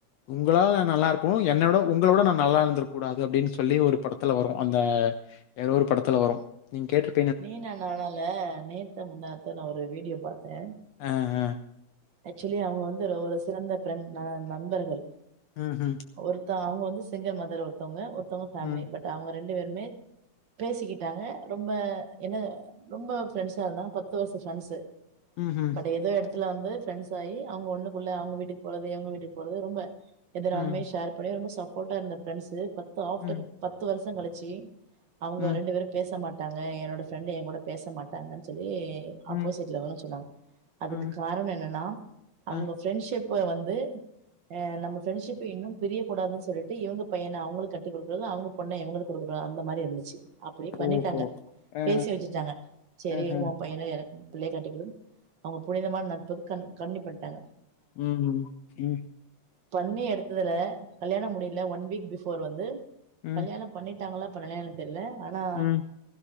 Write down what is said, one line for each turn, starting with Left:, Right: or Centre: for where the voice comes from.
Left: உங்களால நா நல்லா இருக்கணு என்ன விட உங்கள விட நா நல்லா இருந்திரக் கூடாது அப்பிடின்னு சொல்லி ஒரு படத்துல வரு அந்த ஏதோ ஒரு படத்துல வரு நீங்க கேட்டுரு
Right: நீனா நானால நேத்தோ முந்தாநேத்தோ நா ஒரு வீடியோ பாத்தே
Left: ஆ ஆ
Right: ஆக்சுவலி அவங்க வந்து ஒரு சிறந்த பிரண் ந நண்பர்கள்
Left: ம் ம்
Right: ஒருத்த அவங்க வந்து சிங்கிள் மதர் ஒருத்தவங்க ஒருத்தவங்க ஃபேமிலி
Left: ம்
Right: பட் அவங்க ரெண்டு பேருமே பேசிக்கிட்டாங்க ரொம்ப என்ன ரொம்ப ஃபிரெண்ட்ஸா இருந்தாங்க பத்து வருஷோ ஃப்ரெண்ட்ஸு
Left: ம்
Right: பட் ஏதோ எடத்துல வந்து ஃபிரெண்ட்ஸ் ஆயி அவுங்க ஒண்ணுக்குள்ள அவுங்க வீட்டுக்குப் போறது இவங்க வீட்டுக்குப் போறது ரொம்ப எதுனாலுமே
Left: ம்
Right: ஷேர் அப்டியே ரொம்ப சப்போர்ட்டா இருந்த ஃபிரெண்ட்ஸு பத்து ஆஃப்டர்
Left: ம்
Right: பத்து வருஷோ கழிச்சு அவுங்க
Left: ம்
Right: ரெண்டு பேரு பேச மாட்டாங்க என்னோட ஃபிரெண்ட் எ கூட பேச மாட் ட்டாங்கன்னு சொல்லி
Left: ம்
Right: ஆப்போசிட்ல இவனு சொன்னாங்க அதுக்கு
Left: ம்
Right: காரணோ என்ன அவங்க
Left: அ
Right: ஃபிரெண்ட்ஷிப்ப வந்து ஆ நம்ம ஃப்ரெண்டஷிப்பு இன்னு பிரியக் கூடாதுன்னு சொல்லிட்டு இவங்க பையன அவங்களுக்கு கட்டி குடுக்கறது அவங்க பொண்ண இவங்களுக்கு குடுக்கறது அந்த மாரி இருந்துச்சி அப்பிடியே பண்ணிட்டாங்க
Left: ஓஹோ அ
Right: பேசி வெச்சுட்டாங்க செரி
Left: அஹ
Right: உ பையன எனக்கு புள்ளைய கட்டிக்குடு அவுங்க புனிதமான நட்பு கன் கன்ட்டின்யூ பண்ணிட்டாங்க
Left: உம் உம் உம் உம்
Right: பண்ணி எடுத்ததுல கல்யாணோ முடியல ஒன் வீக் பிஃபோர் வந்து
Left: ம்
Right: கல்யாணம் பண்ணிட்டாங்களா பண்ணலையான்னு எனக்கு தெரில ஆனா
Left: ம்